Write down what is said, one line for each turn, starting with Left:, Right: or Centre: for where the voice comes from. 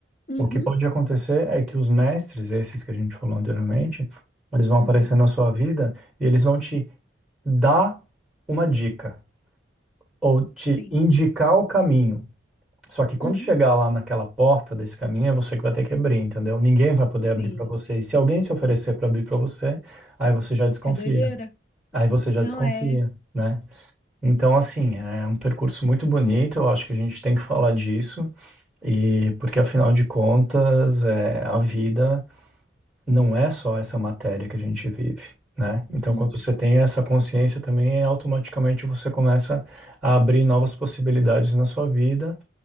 Left: Uhum.
Centre: O que pode acontecer é que os mestres, esses que a gente falou anteriormente, eles vão aparecer
Left: Uhum.
Centre: na sua vida e eles vão te dar uma dica ou te
Left: Sim.
Centre: indicar o caminho. Só que quando
Left: Uhum.
Centre: chegar lá naquela porta desse caminho, é você que vai ter que abrir, entendeu? Ninguém vai poder abrir
Left: Sim.
Centre: para você. E se alguém se oferecer para abrir para você, aí você já desconfia.
Left: É doideira.
Centre: Aí você já
Left: Não
Centre: desconfia,
Left: é.
Centre: né? Então, assim, é um percurso muito bonito. Eu acho que a gente tem que falar disso. E porque afinal de contas, é, a vida não é só essa matéria que a gente vive, né? Então,
Left: Uhum.
Centre: quando você tem essa consciência também, é automaticamente você começa a abrir novas possibilidades na sua vida